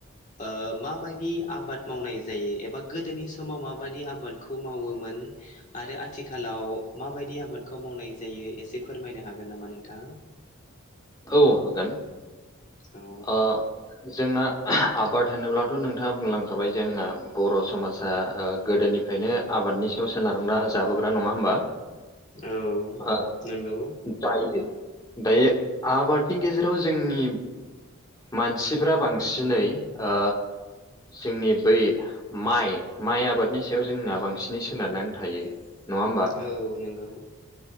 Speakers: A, on the left; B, on the left.
A: ओ माबायदि आबाद मावनाय जायो एबा गोदोनि स समाव माबादि आबादखौ मावोमोन आरो आथिखालाव माबायदि आबादखौ मावनाय जायो एसे फोरमायनो हागोन नामा नोंथां?
B: औ हागोन
A: औ
B: अ जोंना आबाद होनोब्लाथ' नोंथाङा बुंलांखाबाय जोंना बर' समाजा ओ गोदोनि फ्रायनो आबादनि सायाव सोनारग्रा जाबोग्रा नङा होमबा?
A: औ
B: ओ
A: नंगौ।
B: दायो दायो आबादनि गेजेराव जोंनि मानसिफ्रा बांसिनै ओ जोंनि बै माइ माइ आबादनि सायाव जोंना बांसिनै सोनारनानै थायो। नङा होमबा
A: औ नंगौ